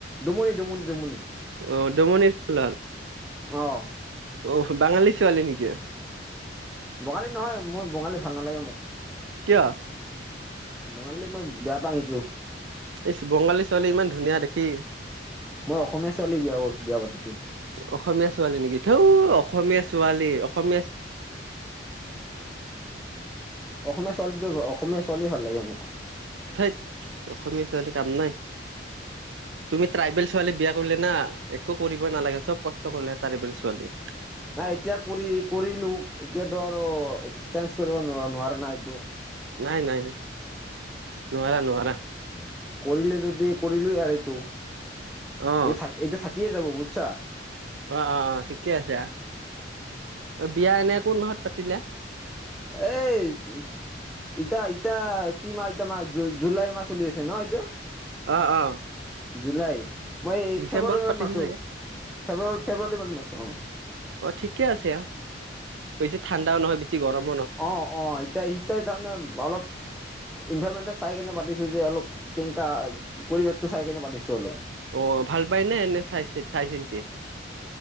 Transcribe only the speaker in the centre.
ডমুনি ডমুনি ডমুনি
অ'
বঙালী নহয় মোৰ বঙালী ভাল নালাগে মোক
বঙালী মই বেয়া পা আহিছো
মই অসমীয়া ছোৱালী বিয়া কৰিছো বিয়া পাতিছো।
উম
অসমীয়া ছোৱালীটো অসমীয়া ছোৱালী ভাল লাগে মোক
নাই এতিয়া কৰি কৰিলো এতিয়াতো আৰু চেঞ্জ কৰিব নোৱাৰ নোৱাৰা নাই এইটো
কৰিলে যদি কৰিলোঁ আৰু এইটো
এইটো এইটো থাকিয়ে যাব বুজছা
<unintelligible> ইতা ইতয়া কি মাহ ইত মাহ জুলাই মাহ উলি আছে ন এইটো
জুলাই মই
ফেব্ৰুৱাৰী মানত
মাৰছো
ফেব্ৰুৱাৰী ফেব্ৰুৱাৰী মানত মাৰছো অ
অ অ এতিয়া ইতিয়া তাৰমানে অলপ ইনভাৰমেন্টছ চাই কেনে পাতিছো যে অলপ কেনেকা পৰিৱেশটো চাই কেনে পাতিছো অলপ